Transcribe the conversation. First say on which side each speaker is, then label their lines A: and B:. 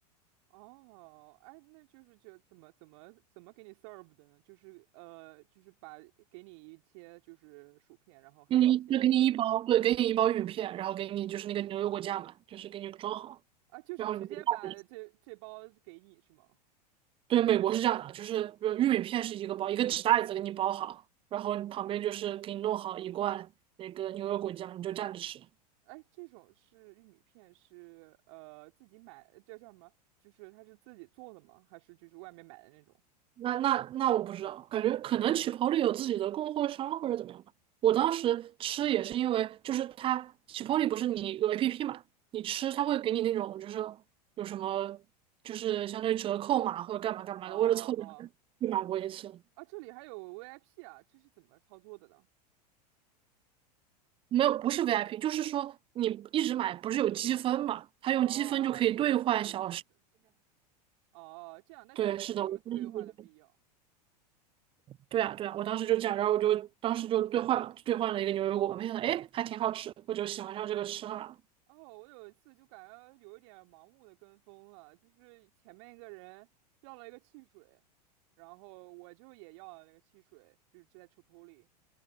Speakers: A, on the right; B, on the right.
A: 哦，哎，那就是就怎么怎么怎么给你 serve 的呢？就是呃，就是把给你一些就是薯片，然后还有一些牛
B: 给你就给你一包，对，给你一包玉米片，然后给你就是那个牛油果酱嘛，就是给你装好，
A: 啊，就是直接把这这包给你是吗？
B: 然后你就带着。对，美国是这样的，就是比如玉米片是一个包，一个纸袋子给你包好，然后旁边就是给你弄好一罐那个牛油果酱，你就蘸着吃。
A: 哎，这种是玉米片是呃自己买，叫叫什么？就是它是自己做的吗？还是就是外面买的那种？
B: 那那那我不知道，感觉可能起泡里有自己的供货商或者怎么样吧。我当时吃也是因为，就是它起泡里不是你有 APP 嘛，你吃它会给你那种就是有什么就是相当于折扣嘛或者干嘛干嘛的，
A: 哦哦
B: 为了凑点儿去买过一次。
A: 啊，这里还有 VIP 啊，这是怎么操作的呢？
B: 没有，不是 VIP，就是说你一直买不是有积分嘛，它用积分就可以兑换小时。
A: 哦哦，这个这个意思。哦，这样那确实有兑换的必要。
B: 对，是的，我就是。对啊，对啊，我当时就这样，然后我就当时就兑换了，就兑换了一个牛油果，没想到哎还挺好吃，我就喜欢上这个吃法了。
A: 哦，我有一次就感觉有一点盲目的跟风了，就是前面一个人要了一个汽水，然后我就也要了那个汽水，就是在 c h i